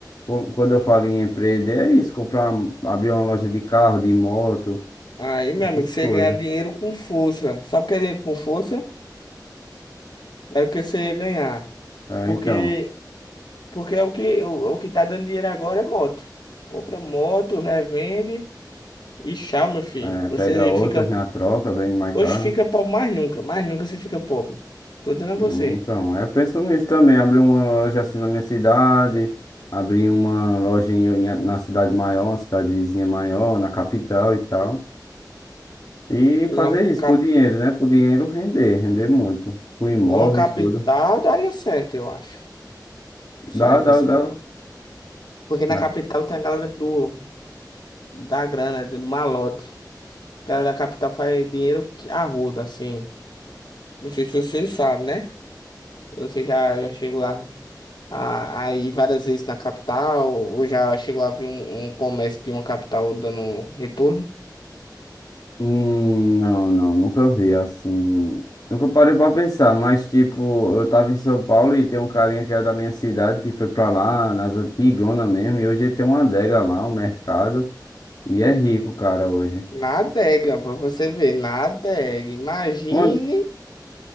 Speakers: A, on the left (about 55°); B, on the left (about 75°).
A: quan- quando eu falo em empreender, é isso, comprar, abrir uma loja de carro, de moto,
B: Aí, meu
A: essas
B: amigo, você
A: coisas.
B: ganha dinheiro com força. Sabe o que é dinheiro com força? Era o que você ia ganhar.
A: Ah,
B: Porque,
A: então,
B: porque é o que, o, o que tá dando dinheiro agora é moto. Compra moto, revende e tchau, meu filho.
A: é,
B: Você
A: pega outras
B: fica.
A: na troca, vende mais
B: Hoje
A: caro.
B: fica
A: né?
B: pobre mais nunca. Mais nunca você fica pobre. Tô dizendo a
A: Então,
B: você.
A: é, eu penso nisso também, abrir uma loja assim na minha cidade, abrir uma loja em, em- na cidade maior, na cidade vizinha maior, na capital e tal. E fazer
B: Numa,
A: isso
B: cap,
A: com o dinheiro, né? Pro dinheiro render, render muito. Com imóveis,
B: numa capital
A: tudo.
B: daria certo, eu acho. Isso
A: Dá,
B: aí que
A: dá,
B: você
A: dá.
B: fala. Porque na
A: né?
B: capital tem a galera do, da grana, do malote. A galera da capital faz dinheiro que arruda, assim. Não sei se você sabe, né? Você já, já chegou lá. a, a ir várias vezes na capital, ou já chegou a ver um, um comércio de uma capital dando retorno?
A: Hum, não, não, nunca vi assim. Nunca parei pra pensar, mas tipo, eu tava em São Paulo e tem um carinha que é da minha cidade que foi pra lá, nas antigonas mesmo, e hoje ele tem uma adega lá, um mercado, e é rico, cara, hoje.
B: Na adega, pra você ver, na adega. Imagine,
A: Uma,